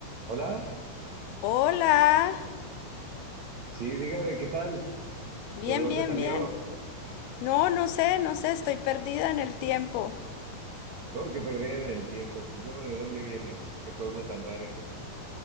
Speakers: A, on the right; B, on the left.
A: Hola,
B: Hola.
A: sí, dígame, ¿qué tal?
B: Bien,
A: ¿De dónde
B: bien,
A: salió?
B: bien. No, no sé, no sé, estoy perdida en el tiempo.
A: ¿Cómo que perdí el tiempo? Pues luego, ¿de dónde viene? ¿Qué pueblo tan raro es ese?